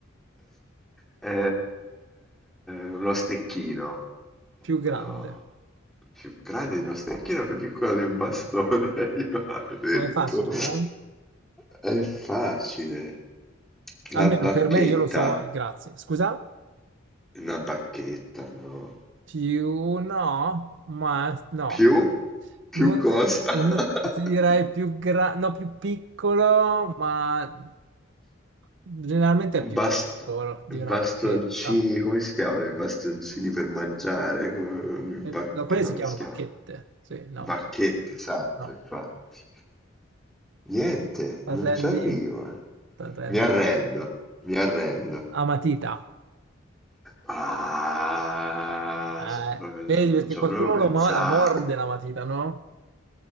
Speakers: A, in the centre; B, on the right (about 65°).
A: Eh, uno stecchino.
B: Più grande.
A: No. Più grande di uno stecchino, più piccolo di un bastone. <laughs> Io l'avevo detto.
B: Oh, È facile, eh?
A: È facile.
B: Almeno
A: La bacchetta.
B: per me io lo so, eh, grazie. Scusa?
A: Una bacchetta, no.
B: Più no, ma no.
A: Più? Più
B: Non
A: cosa?
B: ti,
A: <laughs>
B: non- ti direi più grande, no, più piccolo, ma generalmente è più
A: Bast-
B: piccolo di una
A: bastoncini,
B: bacchetta.
A: come si chiamano i bastoncini per mangiare? Come-
B: Eh,
A: bac-
B: No, quelle
A: no,
B: si
A: non
B: chiamano
A: si chiamano.
B: bacchette. Sì, no,
A: Bacchette,
B: ma
A: esatto,
B: no.
A: infatti. Niente,
B: T'arrendi?
A: non ci arrivo. eh.
B: T'arrendi?
A: Mi arrendo, mi arrendo.
B: a matita.
A: Ah,
B: Eh,
A: sono proprio,
B: vedi,
A: non, non
B: perché
A: ci
B: qualcuno
A: ho proprio pensato.
B: lo mo- la morde la matita, no?